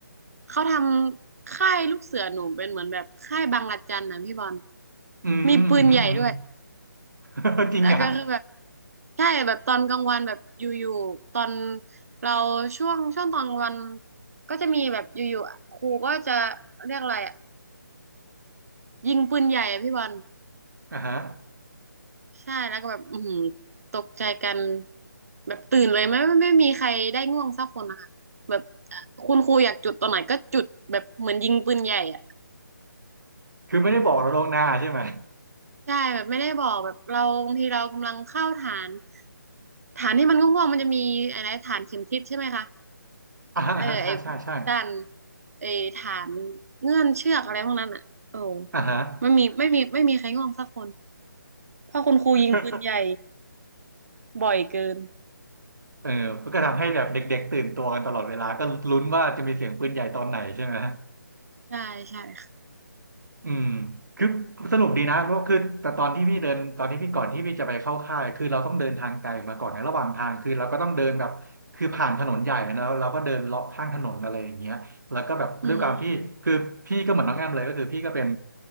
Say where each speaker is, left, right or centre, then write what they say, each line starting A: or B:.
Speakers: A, on the right (about 50°); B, on the right (about 65°).
A: เขาทำค่ายลูกเสือหนูเป็นเหมือนแบบค่ายบังระจันนะพี่บอล
B: อืมอืมอืม
A: มีปืนใหญ่ด้วย
B: <laughs> อืม <laughs> จริงอะ
A: แล้วก็คือแบบใช่แบบตอนกลางวันแบบอยู่ๆตอนเราช่วงช่วงตอนกลางวันก็จะมีแบบอยู่ๆครูก็จะเรียกอะไรอ่ะยิงปืนใหญ่อะพี่บอล
B: อ่าฮะ
A: ใช่แล้วก็แบบอือหือตกใจกันแบบตื่นเลยไม่ไม่ไม่มีใครได้ง่วงสักคนนะคะแบบคุณครูอยากจุดตอนไหนก็จุดแบบเหมือนยิงปืนใหญ่อ่ะ
B: <laughs> คือไม่ได้บอกเราล่วงหน้าใช่ไหม
A: ใช่แบบไม่ได้บอกแบบเราบางทีเรากำลังเข้าฐานฐานที่มันง่วงๆมันจะมีอะไรฐานเข็มทิศใช่ไหมคะ
B: <laughs> อ่าอ่าใช่ใช่ใช่
A: เออไอ้ด้านไอ้ฐานเงื่อนเชือกอะไรพวกนั้นอ่ะโอ้
B: อ่าฮะ
A: ไม่มีไม่มีไม่มีใครง่วงสักคนเพราะคุณครูยิงปืนใหญ่
B: <laughs>
A: บ่อยเกิน
B: เออมันก็ทำให้แบบเด็กๆตื่นตัวกันตลอดเวลาก็ลุ้นว่าจะมีเสียงปืนใหญ่ตอนไหนใช่ไหม
A: ใช่ใช่ค่ะ
B: อืมคือสรุปดีนะเพราะคือแต่ตอนที่พี่เดินตอนที่พี่ก่อนที่พี่จะไปเข้าค่ายคือเราต้องเดินทางไกลมาก่อนในระหว่างทางคือเราก็ต้องเดินแบบคือผ่านถนนใหญ่แล้วเราก็เดินเลาะข้างถนนอะไรอย่างเงี้ยแล้วก็แบบด้วยความที่คือพี่ก็เหมือนน้องแอมเลยก็คือพี่ก็เป็น
A: อืม